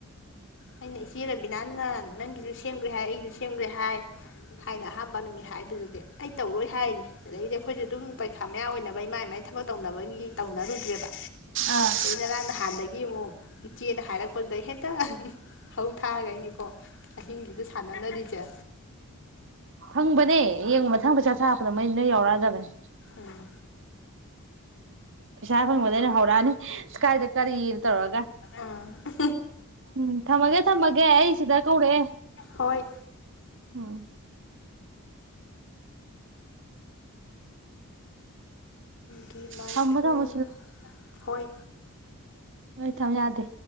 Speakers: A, on the left (about 60°); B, on the right (about 60°).
A: ꯑꯩꯅ ꯏꯆꯦ ꯔꯕꯤꯅꯥꯟꯅ ꯅꯪꯒꯤꯁꯨ ꯁꯦꯝꯒ꯭ꯔꯦ ꯍꯥꯏ ꯑꯩꯁꯨ ꯁꯦꯝꯒ꯭ꯔꯦ ꯍꯥꯏ ꯍꯥꯏꯅ ꯑꯍꯥꯝꯕ ꯅꯨꯃꯤꯠ ꯍꯥꯏꯕꯗꯨꯗꯤ ꯑꯩ ꯇꯧꯔꯣꯏ ꯍꯥꯏꯅꯤ ꯑꯗꯩꯗꯤ ꯑꯩꯈꯣꯏꯁꯨ ꯑꯗꯨꯝ ꯄꯩꯈꯥ ꯃꯌꯥ ꯑꯣꯏꯅꯕꯩ ꯃꯥꯏ ꯃꯥꯏ ꯊꯕꯛ ꯇꯧꯅꯕꯒꯤ ꯇꯧꯅꯔꯨꯗ꯭ꯔꯦꯕ
B: ꯑꯥ
A: ꯉꯔꯥꯡ ꯅꯍꯥꯟꯗꯒꯤ ꯑꯃꯨꯛ ꯏꯆꯦꯅ ꯍꯥꯏꯔꯛꯄꯗꯨꯗꯩ ꯍꯦꯛꯇ ꯍꯧ ꯊꯥꯒꯅꯤꯀꯣ ꯑꯍꯤꯡꯁꯤꯗ ꯁꯥꯟꯅꯅꯔꯤꯁꯦ
B: ꯐꯪꯕꯅꯦ ꯌꯦꯡꯉꯨ ꯃꯊꯪ ꯄꯩꯁꯥ ꯁꯥꯔꯛꯄꯗ ꯃꯩ ꯅꯣꯏ ꯌꯥꯎꯔꯛꯑꯗꯕꯅꯤ
A: ꯎꯝ
B: ꯄꯩꯁꯥ ꯐꯪꯕꯗ ꯑꯩꯅ ꯍꯧꯔꯛꯑꯅꯤ ꯑꯁ ꯀꯥꯏꯗ ꯀꯔꯤ ꯇꯧꯔꯒ
A: ꯑꯥ
B: ꯎꯝ ꯊꯝꯃꯒꯦ ꯊꯝꯃꯒꯦ ꯑꯩ ꯁꯤꯗ ꯀꯧꯔꯛꯑꯦ
A: ꯍꯣꯏ
B: ꯎꯝ
A: <inaudible> ꯒꯤꯃꯥꯏꯊꯣꯡ
B: ꯊꯝꯃꯣ ꯊꯝꯃꯣ
A: ꯍꯣꯏ
B: ꯍꯣꯏ ꯊꯝ ꯌꯥꯗꯦ